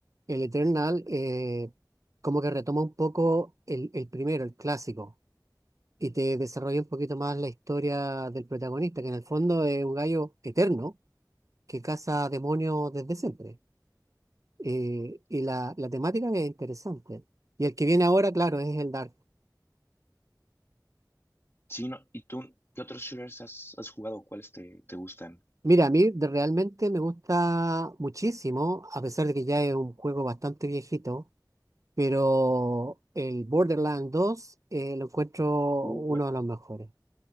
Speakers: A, on the right; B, on the left.
A: el Eternal eh, como que retoma un poco el, el primero, el clásico, y te desarrolla un poquito más la historia del protagonista, que en el fondo es un gallo eterno que caza demonios desde siempre. eh, y la, la temática es interesante. Y el que viene ahora, claro, es el Dark.
B: Sí, no, ¿y tú qué otros shooters has, has jugado? ¿Cuáles te, te gustan?
A: Mira, a mí de- realmente me gusta muchísimo, a pesar de que ya es un juego bastante viejito, pero el Borderlands dos eh, lo encuentro
B: Uh,
A: uno de los mejores.